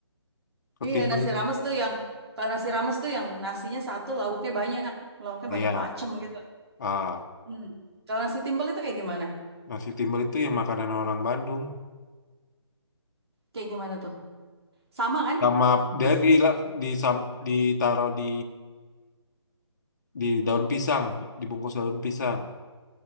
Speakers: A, on the left; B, on the right.
A: Ketimbel,
B: Iya, nasi rames tuh yang kalau nasi rames tuh yang nasinya satu, lauknya banyak, lauknya
A: ya.
B: banyak macem gitu.
A: Ah,
B: Hmm. Kalau nasi timbel itu kayak gimana?
A: nasi timbel itu yang makanan orang Bandung.
B: Kayak gimana tuh? Sama kan?
A: sama
B: Dia,
A: dia
B: s-
A: di di sam- ditaruh di di daun pisang, dibungkus daun pisang.